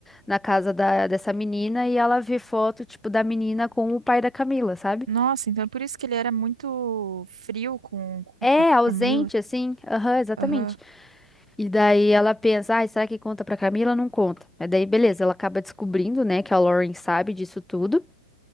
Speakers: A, in the centre; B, on the right.
A: na casa da, dessa menina e ela vê foto, tipo, da menina com o pai da Camila, sabe?
B: Nossa, então é por isso que ele era muito frio com, com,
A: É,
B: com a
A: ausente,
B: Camila.
A: assim. Aham, exatamente.
B: Aham,
A: E daí ela pensa, ai, será que conta pra Camila? Não conta. Mas daí, beleza, ela acaba descobrindo, né, que a Lauren sabe disso tudo.